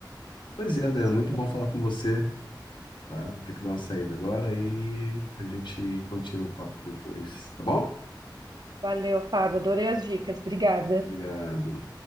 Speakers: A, on the left; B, on the right.
A: Pois
B: Ah, meu
A: é,
B: Deus.
A: Adriano, muito bom falar com você, tá? Vou ter que dar uma saída agora e a gente continua o papo depois, tá bom?
B: Valeu, Fábio. Adorei as dicas. Obrigada.
A: Obrigado.